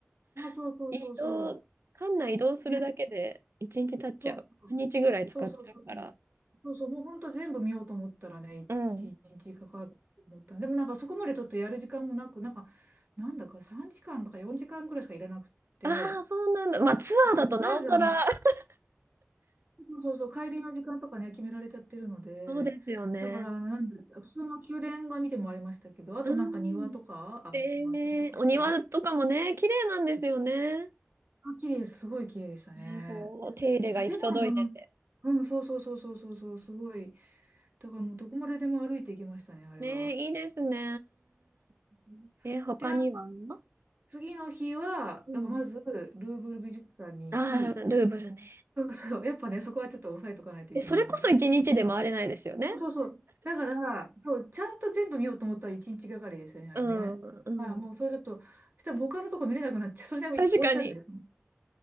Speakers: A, on the right; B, on the right.
A: あ、そうそうそうそ
B: <laughs> 移動、館内移動するだけで一日経っちゃう。
A: う。ね。そうそ
B: 半日ぐらい使っちゃうから。
A: うそうそうそうそう。そうそう、もう本当全部見ようと思ったらね、
B: あ、うん。
A: 一日かかると思ったで。もなんかそこまでちょっとやる時間もなく、なんか、なんだか3時間とか4時間くらいしかいらなくって、
B: ああ、そうなんだ。まあツアーだとなおさら、
A: とりあえずあの、
B: <laughs>
A: そうそうそう、帰りの時間とかね、決められちゃってるので、
B: そうですよね。
A: だからあの、なんだ、普通の宮殿が見てもありましたけど、あとなんか庭とか、
B: うん。
A: あ、
B: ええお庭とかもね、
A: あったりとかしてね。
B: 綺麗なんですよね。
A: あ、綺麗です。すごい綺麗でしたね。
B: ね、こう、
A: で、
B: 手入れが行き届いてて。
A: 建物もなん、うん、そうそうそうそうそうそう、すごい。だからもうどこまででも歩いていきましたね、あれは。
B: ね、いいですね。
A: うんで、
B: え、他にはう
A: なん次の日は、
B: ん。
A: だからまず、ルーブル美術館に行き、
B: ああ、ルーブルね。
A: そうそう、やっぱね、そこはちょっと押さえとかないといけないので。
B: え、それこそ一日で回れないですよね。
A: そうそうそう。だから、そう、ちゃんと全部見ようと思ったら一日がかりですよね、あれね。
B: うん、うん。
A: ああ、もうそれちょっと、そしたら他のとこ見れなくなっちゃう。それでも終わっちゃうんだよ。
B: 確かに。